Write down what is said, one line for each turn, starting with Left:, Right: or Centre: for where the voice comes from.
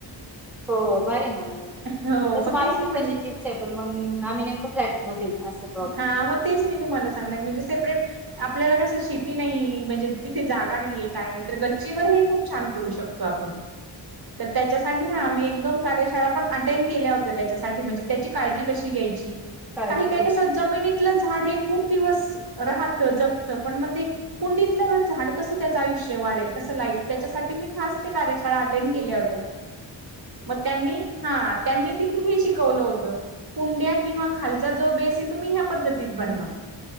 Centre: हो भारी आहे ना म उलट,
Right: हो
Centre: तसं
Right: मग
Centre: मला
Right: तेच मी
Centre: पण
Right: म्हणले
Centre: कशाची ते पण मंग आम्ही नेमकं फ्लॅटमध्ये ये असं
Right: हा म तेच मी तुम्हाला सांगणार म्हणजे सेपरेट आपल्याला कसं शेती नाई म्हणजे तिथे जागा नाहीये काय नाय तर गच्चीवर हे खूप छान करू शकतो आपण तर त्याच्यासाठी हा मी एक दोन कार्यशाळा पण अटेंड केल्या होत् त त्याच्यासाठी म्हणजे त्याची काळजी कशी घ्यायची.
Centre: काळजी घ्ये
Right: च जमिनीतलं झाड हे खूप दिवस राहत जगत पण म ते कुंडीतलं झाड कसं त्याचं आयुष्य वाढेल कसं लाईफ त्याच्यासाठी मी खास ते कार्यशाळा अटेंड केल्या होत्या. म त्यांनी हा त्यांनी तिथे हे शिकवलं होत. कुंड्या किंवा खालचा जो बेस ये तुम्ही ह्या पद्धतीत बनवा.